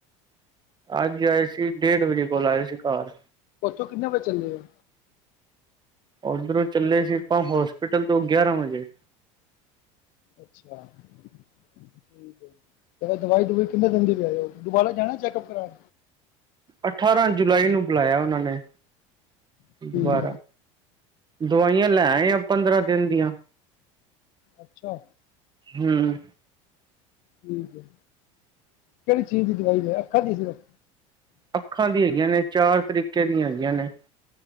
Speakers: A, on the right; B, on the left.
A: ਅੱਜ ਆਏ ਸੀ ਡੇਢ ਵਜੇ ਕੋਲ ਆਏ ਸੀ ਘਰ।
B: ਉੱਥੋਂ ਕਿੰਨੇ ਵਜੇ ਚੱਲੇ ੳ।
A: ਓਧਰੋਂ ਚੱਲੇ ਸੀ ਆਪਾਂ ਹੋਸਪਿਟਲ ਤੋਂ ਗਿਆਰਾਂ ਵਜੇ।
B: ਅੱਛਾ। ਠੀਕ ਏ, ਦਵਾਈ ਦੁਵਈ ਕਿੰਨੇ ਦਿਨ ਦੀ ਲਈ ਦੁਬਾਰਾ ਜਾਣਾ ਚੈਕਪ ਕਰਾਣ।
A: ਅਠਾਰਾਂ ਜੁਲਾਈ ਨੂੰ ਬੁਲਾਇਆ ਉਹਨਾਂ ਨੇ।
B: ਠੀਕ
A: ਦੁਬਾਰਾ
B: ਹੈ
A: ਦਵਾਈਆਂ ਲੈਏ ਆ ਪੰਦਰਾਂ ਦਿਨ ਦੀਆਂ।
B: ਅੱਛਾ।
A: ਹਮ।
B: ਠੀਕ ਹੈ ਕਿਹੜੀ ਚੀਜ਼ ਦੀ ਦਵਾਈ ਲਾਏ ਆਖਾਂ ਦੀ ਸਿਰਫ।
A: ਅੱਖਾਂ ਦੀ ਹੈਗੀਆਂ ਨੇ ਚਾਰ ਤਰੀਕੇ ਦੀਆਂ ਹੈਗੀਆਂ ਨੇ।